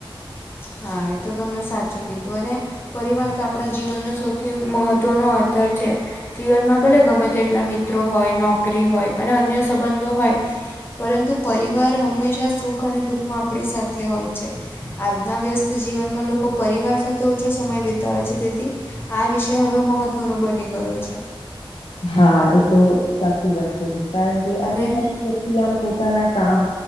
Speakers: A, on the left; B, on the left.
A: હા એ તો તમે સાચું કીધું અને પરિવાર તો આપણા જીવનનો સૌથી મહત્વનો આધાર છે જીવનમાં ભલે ગમે તેટલા મિત્રો હોય નોકરી હોય અને અન્ય સંબંધો હોય પરંતુ પરિવાર હંમેશા સુખ અને દુઃખમાં આપણી સાથે હોય છે. આજના વ્યસ્ત જીવનમાં લોકો પરિવાર સાથે ઓછો સમય વિતાવે છે તેથી આ વિષય હવે મહત્વનો બની ગયો છે.
B: હા એ તો સાચી વાત કરી કારણ કે
A: અને
B: આજે દરેક વ્યક્તિ આમ પોતાના કામ